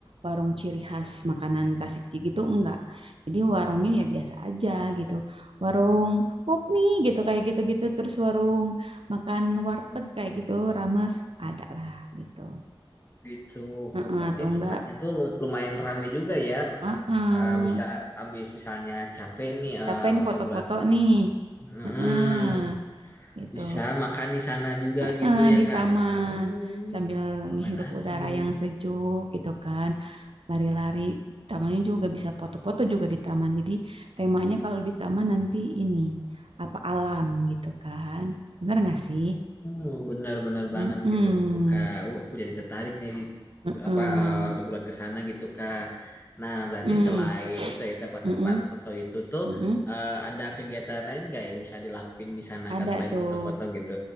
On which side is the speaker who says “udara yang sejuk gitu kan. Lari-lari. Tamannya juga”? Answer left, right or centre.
Right